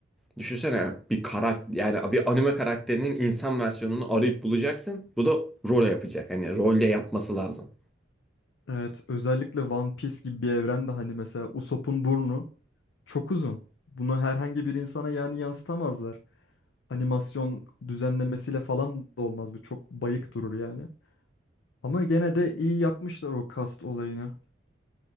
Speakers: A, in the centre; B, on the left.
A: Düşünsene bir karakter yani bir anime karakterinin insan versiyonunu arayıp bulacaksın. Bu da role yapacak. Hani rolle yapması lazım.
B: Evet, özellikle One Piece gibi bir evrende hani mesela Usopp'un burnu çok uzun. Bunu herhangi bir insana yani yansıtamazlar. Animasyon düzenlemesiyle falan da olmaz. Bu çok bayık durur yani. Ama gene de iyi yapmışlar o kast olayını.